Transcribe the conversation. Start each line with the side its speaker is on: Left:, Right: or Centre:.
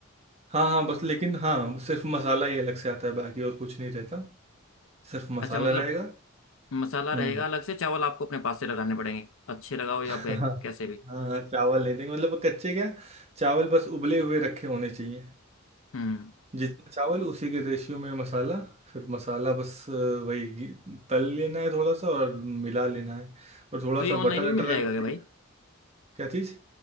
Right: हाँ हाँ बस लेकिन हाँ सिर्फ मसाला ही अलग से आता है बाकी और कुछ नहीं रहता सिर्फ मसाला
Left: अच्छा मतलब
Right: रहेगा
Left: मसाला
Right: हम्म
Left: रहेगा अलग से चावल आपको अपने पास से लगाने पड़ेंगे अच्छे लगाओ या
Right: <laughs>
Left: बैक
Right: हाँ
Left: कैसे भी
Right: हाँ चावल नहीं देंगे मतलब वो कच्चे क्या चावल बस उबले हुए रखे होने चाहिए
Left: हम्म
Right: जितना चावल उसी के रेशियो में मसाला फिर मसाला बस अ, वही घी- तल लेना है थोड़ा सा और मिला लेना है और थोड़ा
Left: तो ये
Right: सा
Left: ऑनलाइन
Right: बटर
Left: भी मिल
Right: अटर
Left: जाएगा
Right: अगर
Left: क्या भाई
Right: देना क्या चीज़